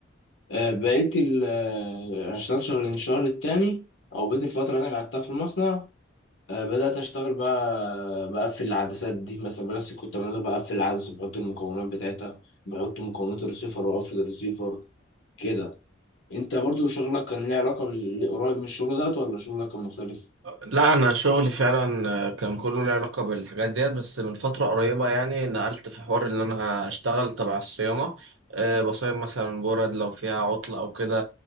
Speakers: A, on the left (about 75°); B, on the right (about 80°).
A: آه بقيت ال آه، أنا اشتغلت شهرين الشهر التاني أو بقيت الفترة اللي أنا قعدتها في المصنع آه، بدأت أشتغل بقى بقفل العدسات دي مثلا بس كنت بعملها بقفل العدسة بحط المكونات بتاعتها بحط مكونات الريسيفر وأقفل الريسيفر كده أنت برضو شغلك كان ليه علاقة بالقريب من الشغل دوت ولا شغلك كان مختلف؟
B: لا انا شغلي فعلا كان كله له علاقه بالحاجات ديت بس من فتره قريبه يعني نقلت في حوار ان انا اشتغل تبع الصيانه أه، بصين مثلا برد لو فيها عطل او كده